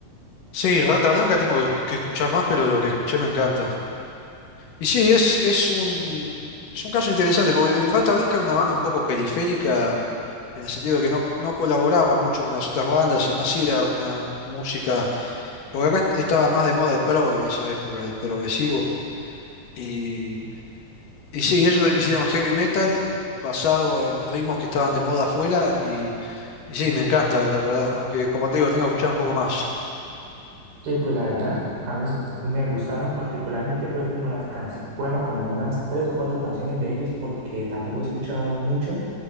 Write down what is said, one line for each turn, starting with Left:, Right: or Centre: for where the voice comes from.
Left: Sí, Rata Blanca tengo que escuchar más, pero lo que escuché me encanta. Y sí, es, es un, es un caso interesante, porque Rata Blanca era una banda un poco periférica, en el sentido de que no, no colaboraba mucho con las otras bandas y no hacía una música, porque acá estaba más de moda el prog en esa época, el progresivo. Y, y sí, ellos hicieron heavy metal basado en ritmos que estaban de moda afuera y, y sí, me encanta, la verdad, aunque como te digo, tengo que escuchar un poco más
Right: Sí, pues la verdad, a mí me gustaron particularmente, fue como las canciones, bueno, como unas tres o cuatro canciones de ellos, porque tampoco he escuchado mucho,